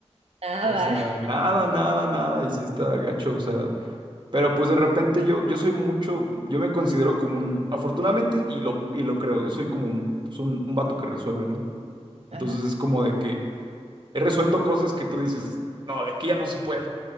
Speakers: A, on the right; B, on the right.
A: nada.
B: O sea,
A: <laughs>
B: nada, nada, nada. Y si está gacho, o sea, Pero pues de repente yo, yo soy mucho, yo me considero como un, afortunadamente, y lo, y lo creo, yo soy como un, pues, un, un vato que resuelve, ¿no?
A: Ajá.
B: Entonces es como de que he resuelto cosas que tú dices, no, de aquí ya no se puede,